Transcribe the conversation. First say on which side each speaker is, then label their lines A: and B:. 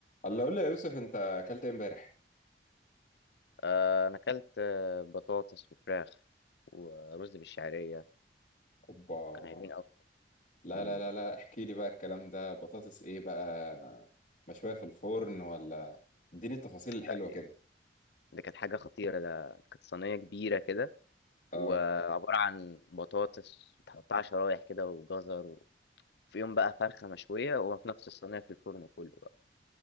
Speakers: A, on the left; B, on the left.
A: الله قول لي يا يوسف انت اكلت ايه امبارح
B: آه، انا اكلت آه، بطاطس وفراخ ورز بالشعريه
A: اوبا
B: كانوا حلوين قوي
A: لا
B: مم،
A: لا لا لا احكي لي بقى الكلام ده بطاطس ايه بقى مشوية في الفرن ولا اديني التفاصيل الحلوة
B: لا دي,
A: كده
B: دي كانت حاجه خطيره ده كانت صينيه كبيره كده
A: اه
B: وعباره عن بطاطس متقطعه شرايح كده وجزر وفيهم بقى فرخه مشويه وفي نفس الصينيه في الفرن كله بقى